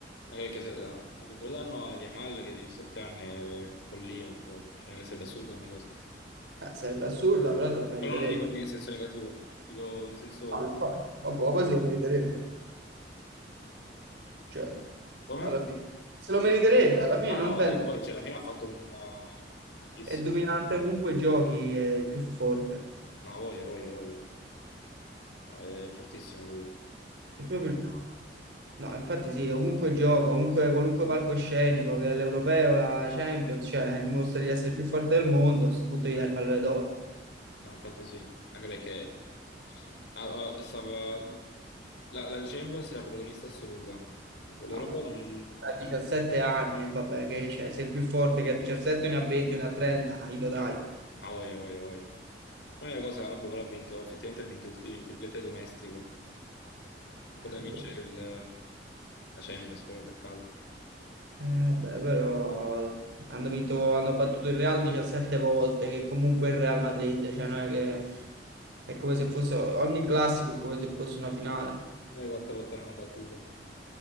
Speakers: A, on the left; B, on the right.
A: Anche perché se, ah, perché se lo danno a Yamal che ha 17 anni è follia, però. Cioè, sarebbe assurda come cosa.
B: Eh, sarebbe assurda, però se lo meriterebbe.
A: Però non dico in senso negativo, dico in senso...
B: No, infatti. Vabbè, poi se lo meriterebbe. Cioè,
A: Come?
B: alla fine. Se lo meriterebbe, alla fine
A: Ah
B: non
A: no,
B: penso.
A: sì, poi, cioè, alla fine ha fatto un uh, bellissimo...
B: È dominante ovunque giochi, è il più forte.
A: No, voglia, voglia, voglia. Ah, È fortissimo lui.
B: È proprio il più No, infatti sì, ovunque gioca, ovunque, qualunque palcoscenico, che è l'Europeo, la Champions, cioè eh, dimostra di essere il più forte del mondo, a questo punto gli dai il pallone d'oro.
A: Ma infatti sì, anche perché ah, ah, stava, la, la Champions è la protagonista assoluta. L'Europeo
B: No, beh.
A: non...
B: A 17 anni, e vabbè, che c'è? Se il più forte che a 17 ne ha 20, ne ha 30, ah, glielo dai.
A: Ah, voglia, voglia, voglia. L'unica cosa, ah, boh, però ha vinto, effettivamente ha vinto il, il triplete domestico. Poteva
B: Eh, boh.
A: vincere il, eh, la Champions, però peccato.
B: Eh, vabbè, però hanno vinto, hanno battuto il Real 17 volte, che comunque è il Real Madrid, cioè non è che è come se fosse ogni classico è come se fosse una finale.
A: Noi quante volte l'hanno battuto?